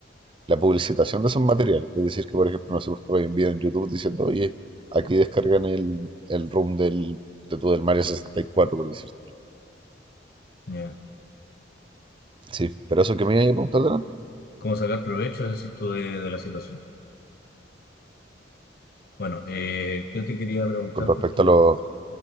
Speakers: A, on the right; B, on the left.
A: la publicitación de esos materiales. Es decir, que por ejemplo, no sé, pues tú hay un video en YouTube diciendo, oye, aquí descargan el, el ROM del, de tu- del Mario 64, por decirte.
B: Ya.
A: sí, pero eso que me iba a preguntar delante,
B: ¿Cómo sacar provecho, decís tú, de, de la situación? Bueno, eh, yo te quería preguntar
A: con respecto
B: porque, igual-
A: a los,